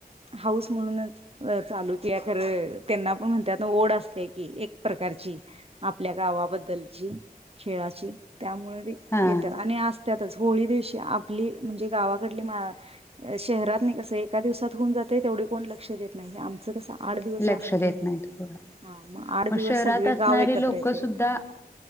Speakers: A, on the right; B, on the left.
A: हाऊस म्हणूनच अ चालूतीया खरं, त्यांना पण म्हणत्यात, ओढ असते की, एक प्रकारची- आपल्या गावाबद्दलची, खेळाची, त्यामुळे ती
B: हा
A: येता आणि आस त्यातच होळी दिवशी आपली, म्हणजे गावाकडली मा शहरात न कसं एका दिवसात होऊन जातय, तेवढे कोण लक्ष देत नाही. आमचं कसां आट दिवस
B: लक्ष
A: असतय,
B: देत नाहीत हो
A: हा म आट
B: मग
A: दिवस
B: शहरात
A: सगळे
B: असणारे
A: गाव एकत्र
B: लोक
A: येतयं.
B: सुद्धा